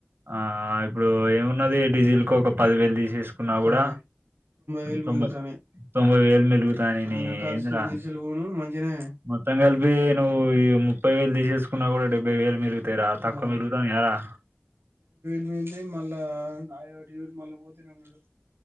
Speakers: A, on the right (about 65°); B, on the right (about 85°).
A: ఆ ఇప్పుడు ఏమున్నది డీజిల్ కు ఒక పదివేలు తీసేసుకున్నా కూడా
B: ఆ వేలు
A: తొంభై
B: మిగులుతానయి
A: తొంభై వేలు మిగులుతానేని
B: ఆయన ఖర్చులు
A: ఏందిరా
B: గిర్చులు పోను మంచిగనే
A: మొత్తం కలిపి నువ్వు ఈ ముప్పై వేలు తీసేసుకున్నా కూడా డెబ్బై వేలు మీగు తేరా తక్కువ
B: ఆ
A: మిగులుతున్నాయా ర
B: ఏంటి మళ్ళా నాయుడు అటు చూసి మళ్ళా పోతనే ఉన్నడు